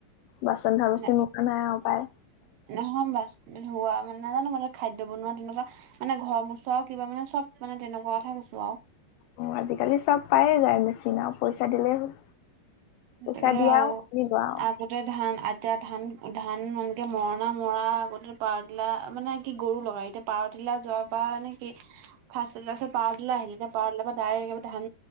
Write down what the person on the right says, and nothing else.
ন
নহয় বাচন ধোৱা মানে নাজানো মানে খাদ্য বনোৱা তেনেকুৱা মানে ঘৰৰ মোচোৱাও কিবা মানে চব মানে তেনেকুৱা কথা কৈছো আৱ
তাকেটো
আগতে ধান এতিয়া ধান ধান এনকে মৰণা মৰা আগতে পাৰ দিলা মানে কি গৰু লগাই এতিয়া পাৱদিলা যোৱাৰ পৰা মানে কি ফাৰ্ষদিলাতো পাৱদিলা আহিল এতিয়া পাৱদিলাৰ পৰা ডাইৰেক ধান